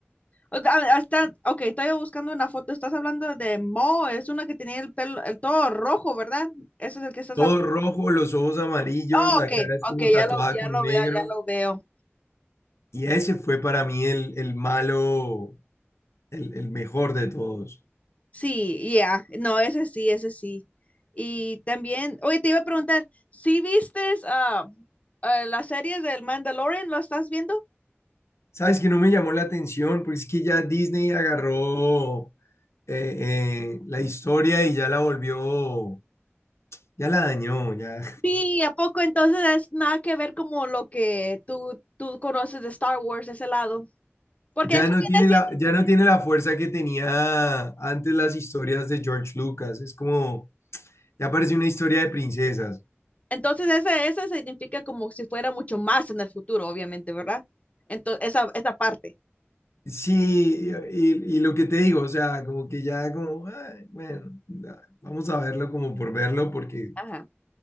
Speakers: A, on the left (about 30°); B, on the left (about 85°).
A: O- a- Hasta, ok, estoy buscando una foto. Estás hablando de Mo, es una que tenía el pelo, el todo rojo, ¿verdad? Eso es el que estás
B: Todo rojo, los ojos amarillos,
A: Oh,
B: la
A: ok,
B: cara es como
A: ok,
B: tatuada
A: ya lo, ya
B: con
A: lo
B: negro.
A: veo, ya lo veo.
B: Y ese fue para mí el, el malo, el, el mejor de todos.
A: Sí, ya, No, ese sí, ese sí. Y también, oye, te iba a preguntar, ¿sí vistes ah, eh, las series del Mandalorian? ¿Lo estás viendo?
B: ¿Sabes que no me llamó la atención? Porque es que ya Disney agarró eh, eh, la historia y ya la volvió, ya la dañó, ya.
A: Sí, ¿a poco entonces es nada que ver como lo que tú, tú conoces de Star Wars, ese lado? Porque
B: Ya
A: eso
B: no tiene
A: viene siendo,
B: la, ya no tiene la fuerza que tenía antes las historias de George Lucas. Es como, ya parece una historia de princesas.
A: entonces ese, ese significa como si fuera mucho más en el futuro, obviamente, ¿verdad? Entonces, esa, esa parte.
B: Sí, y, y lo que te digo, o sea, como que ya como, "Ay, bueno, ya, vamos a verlo como por verlo, porque
A: Ajá.